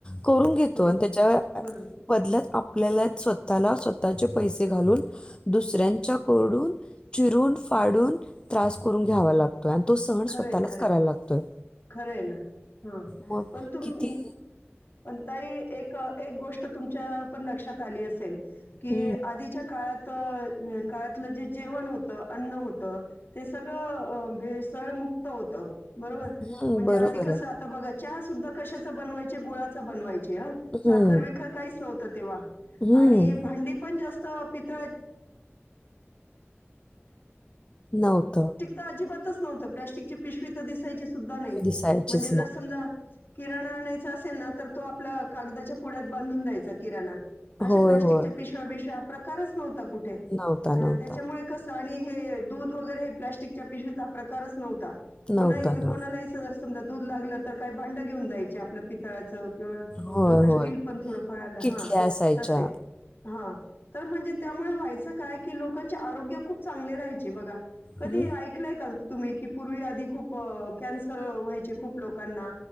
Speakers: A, on the left; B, on the left.
A: करून
B: हो
A: घेतो आणि त्याच्या
B: बरोबर
A: बदल्यात आपल्याला स्वतःला स्वतःचे पैसे घालून दुसऱ्यांच्या कोडून चिरून फाडून त्रास करून घ्यावा लागतो आणि तो सहन
B: खरंय
A: स्वतःलाच
B: खरंय
A: करायला लागतोय
B: खरं आहे ना हा
A: मग
B: पण तुम
A: किती
B: पण तही एक एक गोष्ट तुमच्या पण लक्षात आली असेल कि
A: हम्म
B: आधीच्या काळात काळातलं जे जेवण होतं अन्न होत ते सगळं भे सळ मुक्त होतं बरोबर
A: हम्म
B: म्हणजे
A: बरोबर
B: आधी कसं
A: आहे
B: आता बघायचं चहा सुद्धा कशाचा बनवायचे गुळाच बनवायचे ह साखर
A: हम्म
B: विखर काहीच नव्हतं तेव्हा
A: हम्म
B: आणि भांडी पण जास्त भ्
A: नव्हतं
B: अजिबातच नव्हत प्लास्टिकची पिशवी तर दिसायची सुद्धा नाही
A: दिसायचीच
B: म्हणजे
A: नाही.
B: जर समजा किराणा आणायचा असेल ना तर तो आपल्या कागदाच्या पुड्यात बांधून द्यायचा किराणा अशा
A: होय,
B: प्लास्टिकच्या
A: होय.
B: पिशव्या बिशव्या हा प्रकारच नव्हता कुठे
A: नव्हता,
B: त्याच्यामुळे
A: नव्हता.
B: कस आणि हे दूध वगैरे हे प्लास्टिकच्या पिशवीचा प्रकारच नव्हता
A: नऊपन
B: कोणा कोणालाही जर समजा दूध लागलं तर काय भांडं घेऊन जायचे आपल्या पितळाचं किं
A: होय,
B: नंतर
A: होय.
B: स्टील पण थोडं फळ आलं
A: किटल्या
B: हा
A: असायच्या.
B: तसे हा तर म्हणजे त्यामुळे व्हायचं काय कि लोकांचे आरोग्य खूप चांगले राहायचे बघा कधी
A: हं.
B: ऐकलंय का तुम्ही की पूर्वी आधी खूप कॅन्सर व्हायचे खूप लोकांना